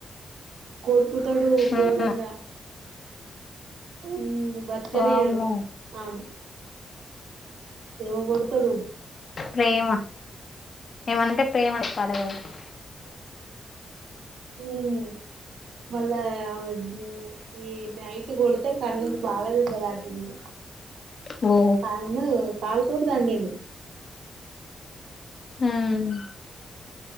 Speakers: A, on the right; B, on the left.
A: కో కుతడు
B: ఉమ్
A: ఘోరంగా ఊమ్ బతుకనీయడు
B: వామ్మో
A: ఆ ఏం గొడ్తడు
B: ప్రేమ ఏమనంటే ప్రేమ అని జెప్పాలి వాళ్లకి
A: ఊమ్ మళ్ళా ఆ ఊమ్ ఈ నైట్ కొడుతే కన్నుకు బాగా దెబ్బ దాకింది
B: ఓ
A: కన్ను కాల్ తోటి తన్నిండు
B: ఊమ్